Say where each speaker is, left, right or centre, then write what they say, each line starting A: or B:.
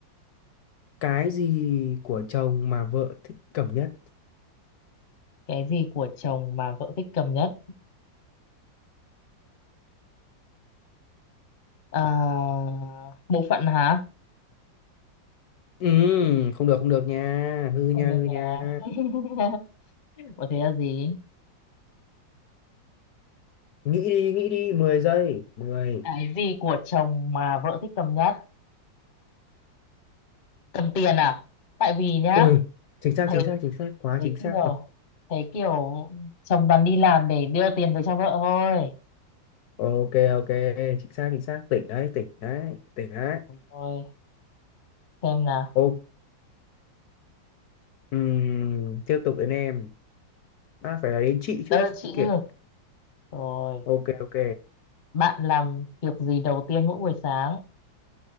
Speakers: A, on the left (about 70°); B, on the left (about 50°).
A: cái gì của chồng mà vợ thích cầm nhất
B: cái gì của chồng mà vợ thích cầm nhất à, bộ phận hả
A: Ừm, không được không được nha hư nha
B: không được
A: hư nha
B: à? <laughs> có thế là gì
A: nghĩ đi nghĩ đi mười giây mười
B: cái gì của chồng mà vợ thích cầm nhất cầm tiền à tại vì nhá
A: ui chính xác
B: thấy
A: chính xác chính xác quá
B: thấy
A: chính xác
B: kiểu
A: rồi
B: thấy kiểu chồng toàn đi làm để đưa tiền về cho vợ thôi
A: ok ok chính xác chính xác tỉnh đấy tỉnh đấy tỉnh đấy
B: rồi xem nào
A: ô ừm, tiếp tục đến em à, phải là đến chị
B: đơn
A: chứ
B: chị
A: chứ kiện
B: chứ rồi
A: ok ok
B: bạn làm việc gì đầu tiên mỗi buổi sáng